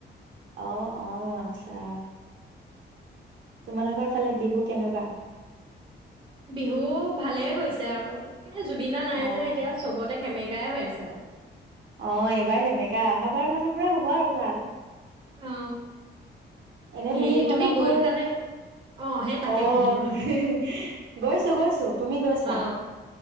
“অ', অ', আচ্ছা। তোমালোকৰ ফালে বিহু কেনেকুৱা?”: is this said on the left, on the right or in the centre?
Right